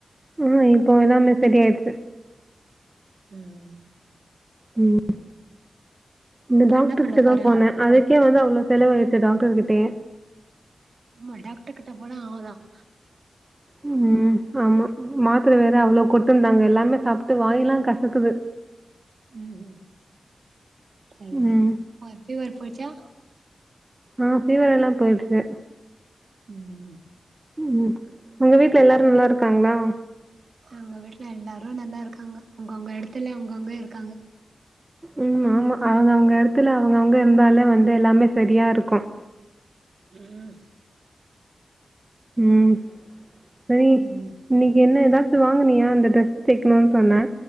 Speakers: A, on the right; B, on the right.
A: உம் இப்போ எல்லாமே சரிய ஆயடுச்சு
B: உம்
A: உம்ஃ இந்த
B: இப்ப
A: டாக்டர்
B: என்ன பண்ண
A: கிட்ட
B: போற
A: தான் போனேன் அத கக்கே வந்து அவ்ளோ செலவாயிருச்சு டாக்டர்கிட்டேயே
B: ஆமா டாக்டர் கிட்ட போன ஆதான்
A: உம் ஆமா மாத்திர வேற அவ்வளவு கொட்டும்ந்தாங்க எல்லாமே சாப்பிட்டு வாங்கிலாம் கசக்குது
B: உம் உம் சரி சரி
A: ம்
B: <unintelligible> ஃபீவர் போயிருச்சா
A: ஆஹ் ஃபீவர் எல்லாம் போயிருச்சு
B: உம்
A: உம் உங்க வீட்டுல எல்லாரும் நல்லா இருக்காங்களா
B: அங்க வீட்டுல எல்லாரும் நல்லா இருக்காங்க அவங்கவுங்க இடத்துல அவங்க அங்க இருக்காங்க
A: உம் ஆமா அவங்க அவங்க இடத்துல அவங்கவுங்க இருந்தாலே வந்து எல்லாமே சரியா இருக்கும்
B: உம்
A: உம் சரி
B: ம்
A: இன்னைக்கு என்ன ஏா அது வாங்குனியா அந்த டிரெஸ் தக்கணும்னு சொன்ன